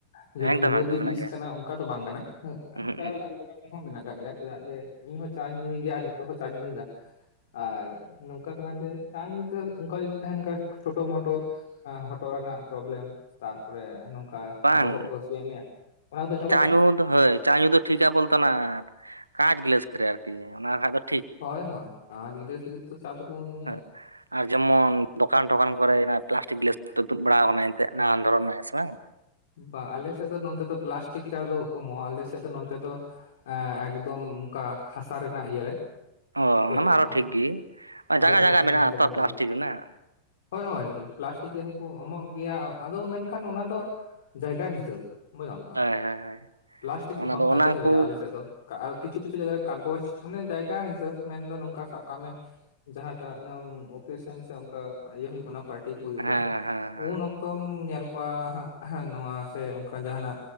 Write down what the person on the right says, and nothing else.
ᱮᱠᱫᱚᱢ
ᱮᱠᱫᱚᱢ
ᱢᱮᱱᱟᱜ
ᱜᱮᱭᱟ
ᱩᱸᱦᱩᱜ ᱩᱸᱦᱩᱜ
ᱵᱟᱝ
ᱪᱟ
ᱧᱩ ᱦᱳᱭ
ᱪᱟ ᱧᱩ ᱫᱚ ᱴᱷᱤᱠᱟ ᱵᱚᱞᱛᱱᱟ ᱠᱟᱸᱪ ᱜᱞᱟᱹᱥ ᱨᱮ ᱟᱨᱠᱤ ᱚᱱᱟ ᱠᱷᱟᱡ ᱫᱚ ᱴᱷᱤᱠ
ᱦᱮᱸ ᱟᱨ ᱡᱮᱢᱚᱱ ᱫᱚᱠᱟᱱ ᱴᱚᱠᱟᱱ ᱠᱚᱨᱮ ᱯᱞᱟᱥᱴᱤᱠ ᱜᱤᱞᱟᱥ ᱛᱩᱫ ᱵᱟᱲᱟᱣ ᱦᱟᱵᱚᱱᱟ ᱮᱱᱛᱮᱜ ᱱᱟᱱᱟᱱ ᱫᱷᱚᱨᱚᱱ ᱨᱮᱱᱟᱜ ᱥᱮ ᱵᱟᱝ
ᱚ
ᱚᱱᱟ ᱢᱟ ᱟᱨᱚ ᱴᱷᱤᱠ ᱜᱮ
ᱡᱟᱜᱟ
ᱡᱟᱜᱟ
ᱢᱮᱱᱟᱜᱼᱟ
ᱛᱚ
ᱯᱞᱟᱥᱴᱤᱠ
ᱨᱮᱱᱟᱜ
ᱦᱳᱭ ᱦᱳᱭ ᱦᱳᱭ
ᱚᱱᱟ
ᱚᱱᱟ
ᱠᱚ
ᱦᱮᱸ
ᱦᱮᱸ ᱦᱮᱸ